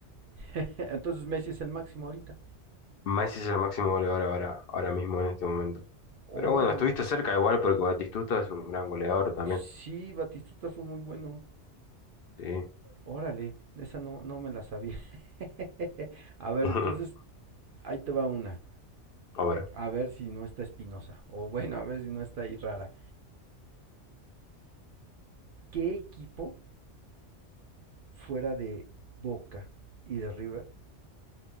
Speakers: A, on the right (about 60°); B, on the left (about 60°).
A: <laughs> Entonces Messi es el máximo ahorita.
B: <laughs> Messi es el máximo goleador ahora, ahora mismo en este momento.
A: Órale.
B: Pero bueno, estuviste cerca igual porque Batistuta es un gran goleador también.
A: Sí, Batistuta fue muy bueno.
B: Sí.
A: Órale, esa no, no me la sabía. <laughs> A ver,
B: <laughs>
A: entonces ahí te va una.
B: A ver,
A: a ver si no está Espinosa, o bueno, a ver si no está ahí rara. ¿Qué equipo fuera de Boca y de River